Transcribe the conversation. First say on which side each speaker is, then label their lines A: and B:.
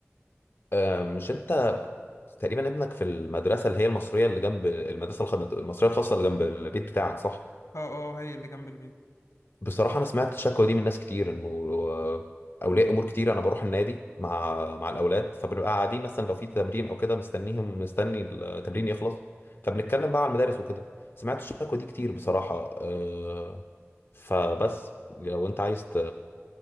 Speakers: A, on the left; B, on the left.
A: آه، مش انت تقريبا ابنك في المدرسه اللي هي المصريه اللي جنب المدرسه الخ- المصريه الخاصه اللي جنب البيت بتاعك صح
B: اه اه هي اللي جنب البيت
A: بصراحة أنا سمعت الشكوى دي من ناس كتير إنه آه، أولياء أمور كتير أنا بروح النادي مع مع الأولاد فبنبقى قاعدين مثلا لو في تمرين أو كده مستنيهم مستني التمرين يخلص فبنتكلم بقى على المدارس وكده سمعت الشكوى دي كتير بصراحة آه، فبس لو أنت عايز ت-